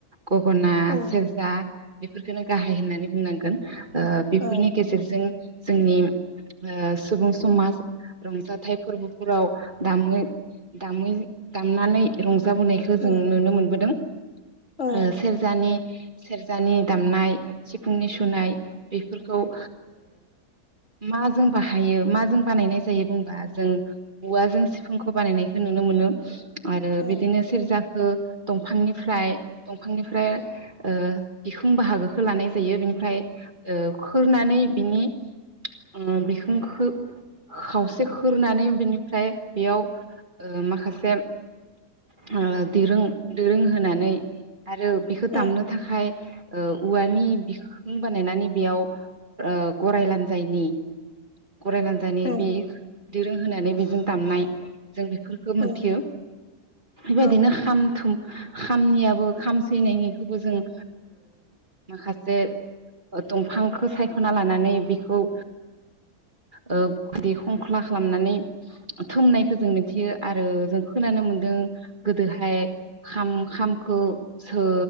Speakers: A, on the right (about 30°); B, on the left (about 45°).
A: गगना
B: औ
A: सेरजा बेफोरखौनो गाहाय होन होनानै बुंनांगोन ओ बेफोरनि
B: औ
A: गेजेरजों- जोंनि ओ सुबुं समाज- रंजाथाइ फोरबोफोराव दामै दामै दामनानै रंज जाबोनायखौ
B: औ
A: जों नुनो मोनबोदों ओ
B: औ
A: सेरजानि- सेरजानि दामनाय सिफुंनि सुनाय बेफोरखौ ओ मा जों बाहायो मा जों बानायनाय जाय जायो बुंबा जों औवाजों सिफुंखौ बानायनायखौ नुनो मोनो। आरो
B: औ
A: बिदिनो सेरजा खौ दंफांनिफ्राय दंफांनिफ्राय
B: औ
A: ओ बिखुं बाहागोखो लानाय जायो बिनिफ्राय खोरनानै बिनि उम बिखुंखो खावसे खोरनानै बिनिफ्राय बेयाव ओ माखासे ओ दिरुं दोरों होनानै आरो बेखौ दामनो
B: औ
A: थाखाय ओ औवानि बिखुं बानायनानै बेयाव ओ गराय लांजायनि गराय ला <unintelligible> दिरोंहोनानै
B: औ
A: बेजों दामनाय जों बेफोरखौ मोनथियो
B: औ
A: बेबायदिनो
B: औ
A: खाम थुम खामनियाबो खाम सैनायनिखौबो जों ओ माखासे दंफांखौ सायखना लानानै बेखौ- ओ गुदि खंख्ला खालामनानै थुमनायखौ जों मिथियो आरो जों खोनानो मोन्दों गोदोहायाम खाम खामखो सो